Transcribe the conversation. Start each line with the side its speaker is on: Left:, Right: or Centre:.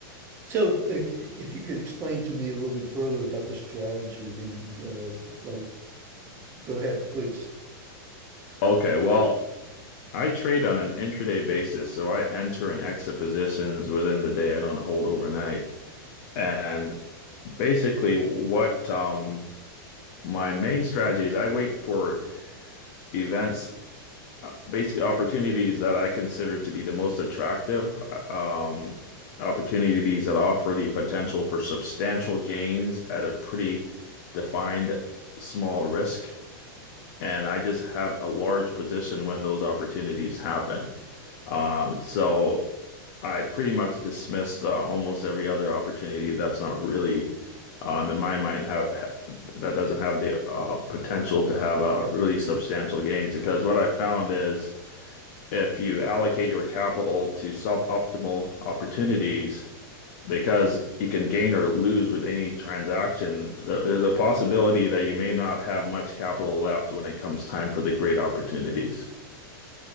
Right: So, uh, c- if you could explain to me a little bit further about the strategy, I mean, uh, like, go ahead, please.
Left: Okay, well, I trade on an intraday basis, so I enter and exit positions within the day. I don't hold overnight. And basically, what um, my main strategy is, I wait for events uh, basically opportunities that I consider to be the most attractive, uh, um, opportunities that offer the potential for substantial gains at a pretty defined small risk. And I just have a large position when those opportunities happen. Um, so I pretty much dismissed uh, almost every other opportunity that's not really, um, in my mind, have ha that doesn't have the uh, potential to have uh, really substantial gains. Because what I found is if you allocate your capital to suboptimal opportunities because you can gain or lose with any transaction, there's a possibility that you may not have much capital left when it comes time for the great opportunities.